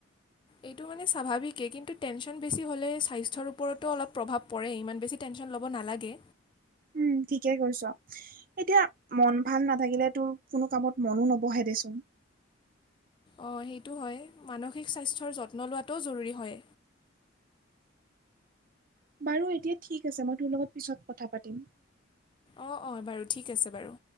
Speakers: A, on the left; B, on the right.
A: এইটো মানে স্বাভাৱিকেই কিন্তু টেনশ্যন বেছি হ'লে স্বাস্থ্যৰ ওপৰতো অলপ প্ৰভাৱ পৰে ইমান বেছি টেনশ্যন ল'ব নালাগে।
B: উম ঠিকে কইছা। এতিয়া মন ভাল নাথাকিলে তোৰ কোনো কামত মনো নবহে দেচোন
A: অঁ সেইটো হয় মানসিক স্বাস্থ্যৰ যত্ন লোৱাটোও জৰুৰী হয়
B: বাৰু এতিয়া ঠিক আছে মই তোৰ লগত পিছত কথা পাতিম।
A: অঁ অঁ বাৰু ঠিক আছে বাৰু।